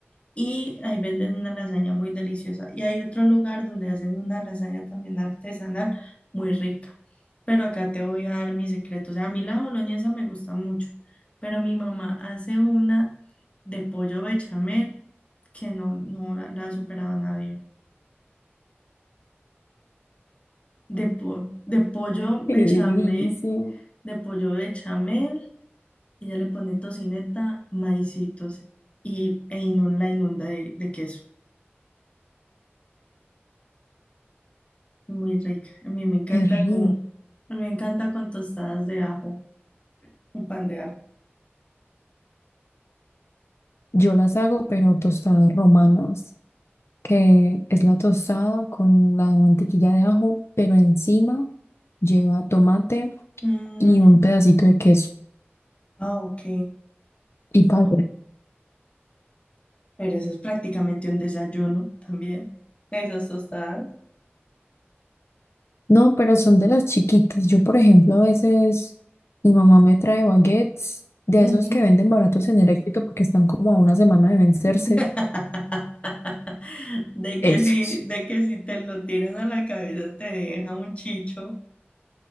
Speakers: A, on the left (about 30°); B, on the left (about 80°).
A: y ahí venden una lasaña muy deliciosa. Y hay otro lugar donde hacen una lasaña también artesanal muy rica. Pero acá te voy a dar mi secreto. O sea, a mí la boloñesa me gusta mucho, pero mi mamá hace una de pollo bechamel que no, no la, la ha superado a nadie. De, po- de pollo
B: Qué
A: bechamel,
B: delicia.
A: de pollo bechamel. Ella le pone tocineta, maicitos y, e inun- la inunda de, de queso. Muy rica. A mí me encanta
B: qué rico.
A: con, a mí me encanta con tostadas de ajo, un pan de ajo.
B: Yo las hago, pero tostadas romanas, que es la tostada con la mantequilla de ajo, pero encima lleva tomate
A: Mm,
B: y un pedacito de queso
A: ah, ok.
B: y pavo.
A: Oh, pero eso es prácticamente un desayuno también. Esas tostadas.
B: No, pero son de las chiquitas. Yo, por ejemplo, a veces mi mamá me trae baguettes de
A: Ujú.
B: esos que venden baratos en Electrito porque están como a una semana de vencerse.
A: <laughs> De que
B: Esos.
A: si, de que si te lo tiran a la cabeza te deja un chicho.